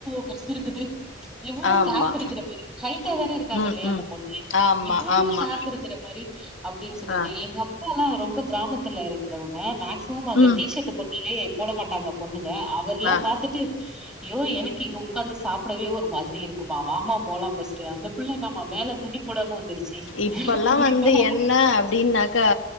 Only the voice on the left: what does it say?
ஆமா
ம்
ம்
ஆமா
ஆமா
ஆ
ம்
ஆ
இப்பல்லா
வந்து
என்ன
அப்டின்னாக்கா